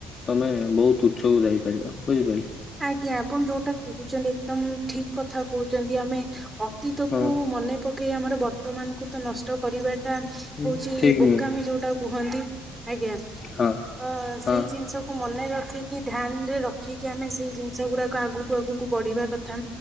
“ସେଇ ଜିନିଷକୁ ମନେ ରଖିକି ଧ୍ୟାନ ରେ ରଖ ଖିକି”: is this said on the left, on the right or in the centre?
Right